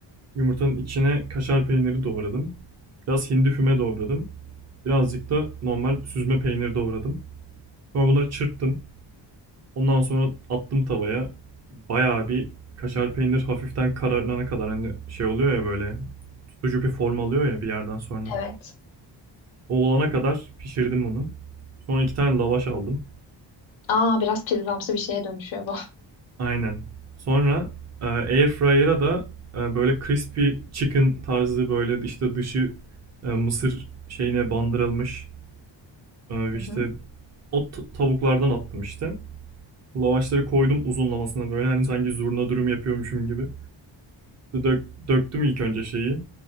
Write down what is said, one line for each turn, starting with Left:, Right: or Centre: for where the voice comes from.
Right: Yumurtanın içine kaşar peyniri doğradım. Biraz hindi füme doğradım. Birazcık da normal süzme peynir doğradım. Sonra bunları çırptım. Ondan sonra attım tavaya. Bayağı bir kaşar peynir hafiften kararına kadar hani şey oluyor ya böyle tutucu bir form alıyor ya bir yerden sonra.
Left: Evet.
Right: O olana kadar pişirdim onu. Sonra iki tane lavaş aldım.
Left: Aa biraz pizzamsı bir şeye dönüşüyor bu.
Right: Aynen. Sonra e, air fryer'a da e, böyle crispy chicken tarzı böyle işte dışı e, mısır şeyine bandırılmış e,
Left: Hı
Right: işte
Left: hı.
Right: o t- tavuklardan attım işte. Lavaşları koydum uzunlamasına böyle hani sanki zurna dürüm yapıyormuşum gibi. Dök, döktüm ilk önce şeyi.